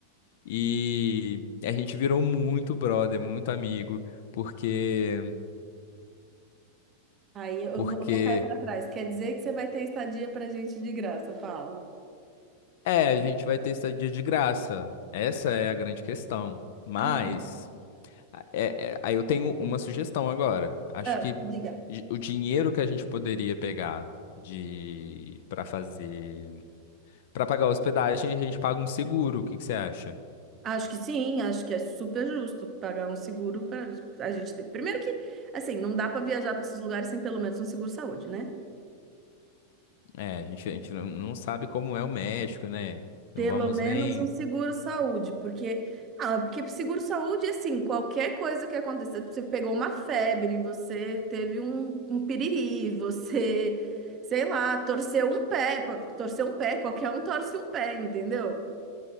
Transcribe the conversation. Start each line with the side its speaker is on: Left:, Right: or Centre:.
Left: e a gente virou muito brother, muito amigo, porque,
Right: Aí eu
Left: porque,
Right: vou, eu vou cair para trás. Quer dizer que você vai ter estadia pra gente de graça, fala.
Left: é, a gente vai ter estadia de graça. Essa é a grande questão. Mas.
Right: Ah,
Left: É, é, aí eu tenho uma sugestão agora. Acho
Right: ah,
Left: que
Right: diga.
Left: di- o dinheiro que a gente poderia pegar de para fazer para pagar a hospedagem, a gente paga um seguro. O que que você acha?
Right: Acho que sim, acho que é super justo pagar um seguro para a gente ter. Primeiro que, assim, não dá para viajar para esses lugares sem pelo menos um seguro saúde, né?
Left: É, a gente, a gente não, não sabe como é o México, né?
Right: Pelo
Left: Não vamos
Right: menos
Left: nem.
Right: um seguro-saúde, porque ah, porque seguro-saúde, assim, qualquer coisa que aconteça, você pegou uma febre, você teve um, um piriri, você, sei lá, torceu um pé, pô, torceu um pé, qualquer um torce um pé, entendeu?